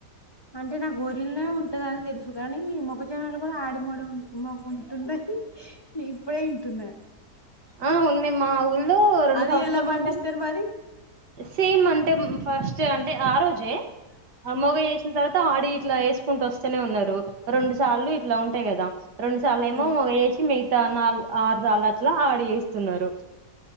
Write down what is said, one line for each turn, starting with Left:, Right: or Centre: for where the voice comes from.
Left: అంటే నాకు వోరిలోనే ఉంటదని తెలుసు కాని మొక్కజొన్నలు కూడా ఆడి మడ మొగ ఉంటుంద ఇప్పుడే ఇంటున్న
Right: ఆ ఉంది మా ఊళ్ళో రెండు
Left: అది
Right: సంవత్సరాల
Left: ఎలా పండిస్తారు
Right: నుండే
Left: మరి
Right: సేమ్ అంటే ఫస్ట్ అంటే ఆ రోజే మొగ చేసిన తర్వాత ఆడి ఇట్లా వేసుకుంటూ వస్తనే ఉన్నారు రెండు సార్లు ఇట్లా ఉంటాయి కదా రెండు సార్లు ఏమో
Left: ఉమ్
Right: మగ వేసి మిగతా నాలుగు ఆరు సార్లు అట్లా ఆడి చేస్తున్నారు